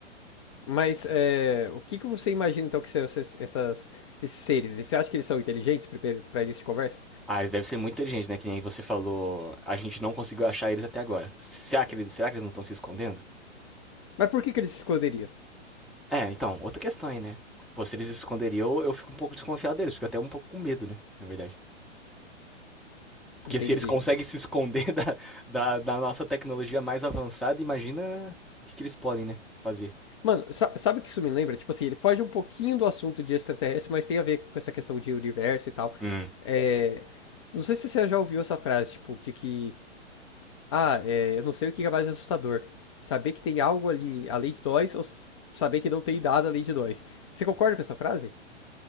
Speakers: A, on the left (about 25°); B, in the centre.
A: Mas é, o que que você imagina, então, que são essas, essas- esses seres? Você acha que eles são inteligentes, primeiro, pra início de conversa?
B: Ah, eles devem ser muito inteligentes, né? Que nem você falou, a gente não conseguiu achar eles até agora. Será que eles, será que eles não estão se escondendo?
A: Mas por que que eles se esconderiam?
B: É, então, outra questão aí, né? Pô, se eles se esconderiam, eu, eu fico um pouco desconfiado deles, fico até um pouco com medo, né? Na verdade. Porque
A: Entendi.
B: se eles conseguem se esconder <laughs> da, da, da nossa tecnologia mais avançada, imagina o que, que eles podem, né? Fazer.
A: Mano, sa- sabe o que isso me lembra? Tipo assim, ele foge um pouquinho do assunto de extraterrestre, mas tem a ver com essa questão de universo e tal.
B: Hum.
A: É, Não sei se você já ouviu essa frase, tipo, de que. Ah, é, eu não sei o que é mais assustador. Saber que tem algo ali além de nós ou s- saber que não tem nada além de nós. Você concorda com essa frase?